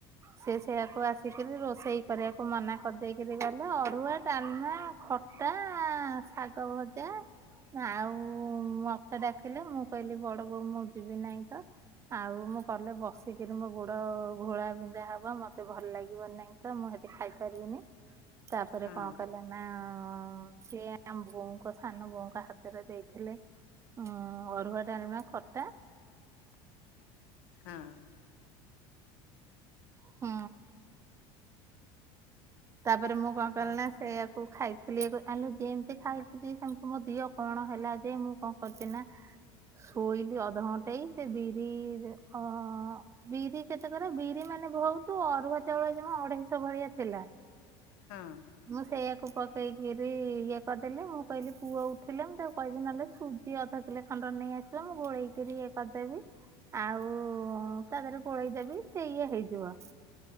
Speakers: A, on the right (about 25°); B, on the left (about 75°).
A: ସେ ସେୟାକୁ ଆସିକିରି ରୋଷେଇ କରିବାକୁ ମନା କରିଦେଇକିରି ଗଲେ ଅରୁଆ, ଡ଼ାଲମା ଖ ଟା ସାଗ ଭଜା। ଆଉ ମତେ ଡାକିଲେ ମୁକହିଲି ବଡ଼ବୋଉ ମୁଯିବି ନାଇଁତ ଆଉ ମୁକଲେ ବସିକିରି ମୋଗୋଡ଼ ଘୋଳା ବିି ନ୍ଧା ହବ ମତେ ଭଲ ଲାଗିବନାଇଁତ ମୁହେଟି ଖାଇପାରିବିନି ତାପରେ
B: ହଁ
A: କଣ କଲେ ନା ସେଏ ଆମ ବୋଉଙ୍କ ସାନବୋଉଙ୍କ ହାତରେ ଦେଇଥିଲେ। ଉଁ ଅରୁୁଆ, ଡ଼ାଲମା, ଖଟା।
B: ହଁ
A: ହୁଁ। ତାପରେ ମୁକଣ କଲିନା
B: ଅ
A: ସେୟାକୁ ଖାଇି ଥିଲି ଆଲୋ ଯେମିତି ଖାଇଥିଲି ସେମିତି ମୋଦିଅ କଣ ହେଲାଯେ ମୁକଣ କରିଚିନା ଶୋଇଲି ଅଧଘଣ୍ଟେଇ ସେବିରି ଅ ବିରି କେତେକର ବିରି ମାନେ ଭହୁତୁ ଅରୁଆ ଚାଉଳ ଏଯମା ଅଢେଇଶ ଭଳିଆ ଥିଲା।
B: ହଁ।
A: ମୁଁ ସେଇୟାକୁ ପକେଇକିରି ଇଏ କରିଦେଲି ମୁଁ କହିଲି ପୁଅ ଉଠିଲେ ମୁତାକୁ କହିବି ନହେଲେ ସୁ ସୁଜି ଅଧକିଲେ ଖଣ୍ଡେ ନେଇ ଆସିବ ମୁଁ ଗୋଳେଇକିରି ଇଏ କରିଦେବି। ଆଉ ତାଦେହରେ ଗୋଳେଇଦବି ସେଇ ଇଏ ହେଇଯିବ